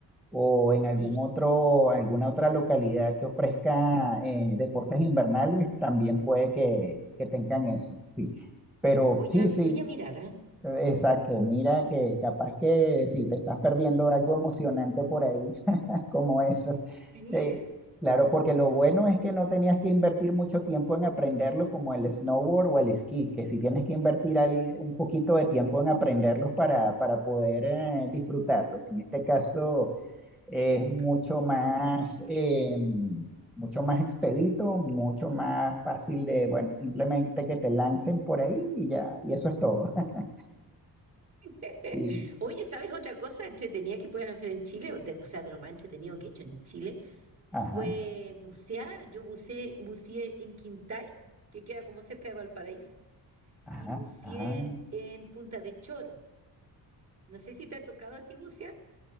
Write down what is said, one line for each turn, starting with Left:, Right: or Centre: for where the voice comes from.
Centre: o en
Right: Sí,
Centre: algún otro, alguna otra localidad que ofrezca eh, deportes invernales, también puede que, que tengan eso, sí. Pero
Right: voy
Centre: sí,
Right: a,
Centre: sí,
Right: voy a mirar, ¿ah?
Centre: Exacto, mira que capaz que si te estás perdiendo algo emocionante por ahí, <laughs> como eso.
Right: Sí,
Centre: Eh, claro, porque lo bueno es que no tenías que invertir mucho tiempo en aprenderlo como el snowboard o el esquí, que si tienes que invertir ahí un poquito de tiempo en aprenderlos para, para poder eh, disfrutarlos. En este caso es
Right: Cierto.
Centre: mucho más, eh, mucho más expedito, mucho más fácil de, bueno, simplemente que te lancen por ahí y ya, y eso es todo. <laughs>
Right: <laughs>
Centre: Y
Right: Oye, ¿sabes otra cosa entretenida que puedes hacer en Chile? O, de- o sea, de lo más entretenido que he hecho en Chile
Centre: Ajá,
Right: fue bucear. Yo buceé, buceé en Quintay, que queda como cerca de Valparaíso,
Centre: ajá,
Right: y buceé
Centre: ajá.
Right: en Punta de Choro. No sé si te ha tocado a ti bucear.